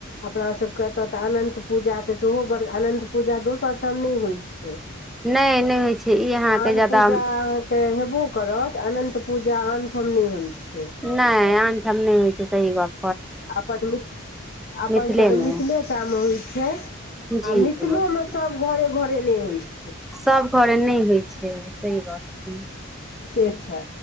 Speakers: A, on the left; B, in the centre.
A: अपना सभके एतय तऽ अनन्त पूजाके सेहो बड़ अनन्त पूजा दोसर ठाम नहि होइत छैय
B: नहि नहि होइ छै ई अहाँके
A: आन
B: ज्यादा
A: पूजा के हेबो करत अनन्त पूजा आनठम नै होइ छैय
B: नहि आनठाम नहि होइ छै सही बात
A: अपन मि अपन
B: मिथिलेमे
A: सभके मिथिलेटामे होइ छै आ
B: जी
A: मिथिलोमे
B: जी
A: सभ घरे घरे नहि होइत छै
B: सभ घरे नहि होइ छै सही बात छै
A: से छा